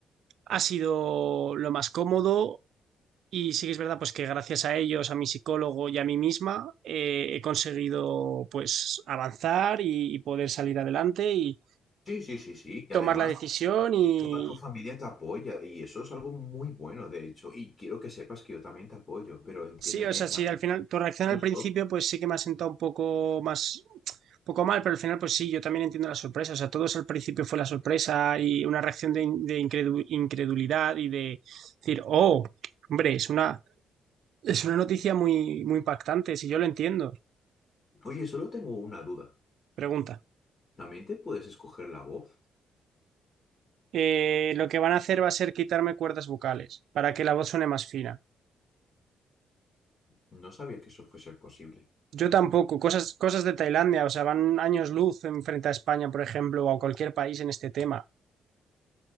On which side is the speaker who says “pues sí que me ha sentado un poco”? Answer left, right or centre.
Right